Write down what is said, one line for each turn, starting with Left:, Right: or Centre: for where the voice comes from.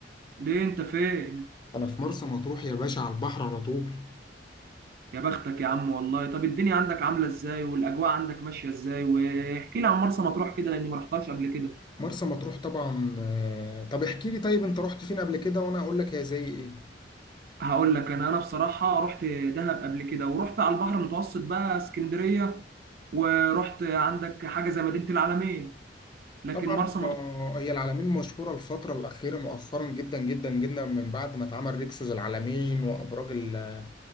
Right: ليه انت فين
Left: انا في مرسى مطروح يا باشا على البحر على طول
Right: يا بختك يا عم والله طب الدنيا عندك عامله ازاي والاجواء عندك ماشيه ازاي واحكي لي عن مرسى مطروح كده لاني ما رحتهاش قبل كده
Left: مرسى مطروح طبعا آه، طب احكي لي طيب انت رحت فين قبل كده وانا اقول لك هي زي ايه
Right: هقول لك انا انا بصراحه رحت دهب قبل كده ورحت على البحر المتوسط بقى اسكندريه ورحت عندك حاجه زي مدينه العلمين لكن
Left: طبعا
Right: مرسى مطروح
Left: آه، هي العلمين مشهورة الفترة الأخيرة مؤخرا جدا جدا جدا من بعد ما اتعمل ريكسوس العلمين وأبراج ال-